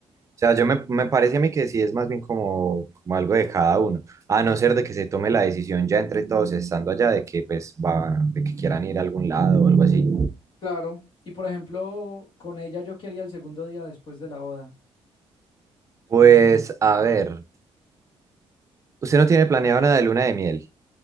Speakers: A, on the right; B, on the left.
A: o sea, yo me, me parece a mí que sí es más bien como, como algo de cada uno, a no ser de que se tome la decisión ya entre todos estando allá de que pues va, de que quieran ir a algún lado o algo así.
B: claro, y por ejemplo, con ella yo quería el segundo día después de la boda,
A: Pues, a ver, usted no tiene planeado nada de luna de miel,